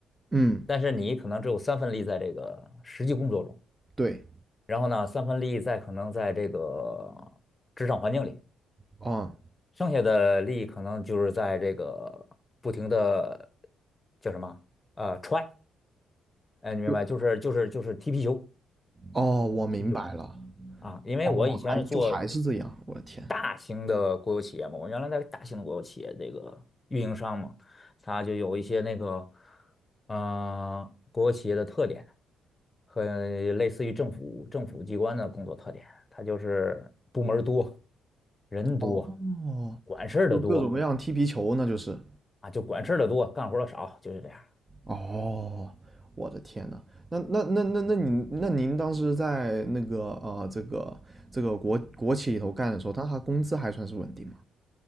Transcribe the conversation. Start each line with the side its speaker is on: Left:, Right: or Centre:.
Right: 嗯，
Left: 但是你可能只有三分力在这个实际工作中，
Right: 对，
Left: 然后呢三分力在可能在这个职场环境里。
Right: 啊，
Left: 剩下的力可能就是在这个不停的叫什么呃踹，哎，你明白？
Right: 就
Left: 就是就是就是踢皮球，
Right: 哦，我明白了，
Left: 踢皮球啊！因为我以前是做
Right: 哦，还就还是这样，我的天，
Left: 大型的国有企业嘛，我原来在大型的国有企业这个运营商嘛，它就有一些那个呃国有企业的特点和类似于政府政府机关的工作特点，它就是部门儿多，人多，
Right: 哦，
Left: 管事儿的多。
Right: 就各种各样踢皮球，那就是，
Left: 啊，就管事儿的多，干活儿的少，就是这样。
Right: 哦，我的天呐，那那那那那您那您当时在那个呃这个这个国国企里头干的时候，那他工资还算是稳定吗？